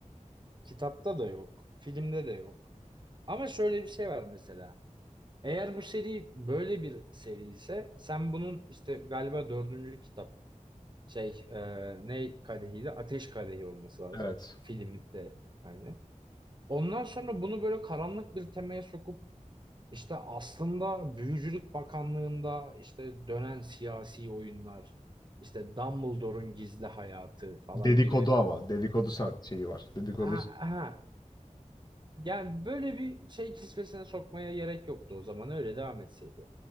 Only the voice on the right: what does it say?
Kitapta da yok. Filmde de yok. Ama şöyle bir şey var mesela. Eğer bu seri böyle bir seri ise sen bunun işte galiba dördüncü kitap şey e, ne kadehiydi? Ateş Kadehi olması lazım.
Filmi de aynı. Ondan sonra bunu böyle karanlık bir temaya sokup İşte aslında Büyücülük Bakanlığı'nda işte dönen siyasi oyunlar, işte Dumbledore'un gizli hayatı falan
gibi.
Aha, aha. Yani böyle bir şey kisvesine sokmaya gerek yoktu o zaman öyle devam etseydi.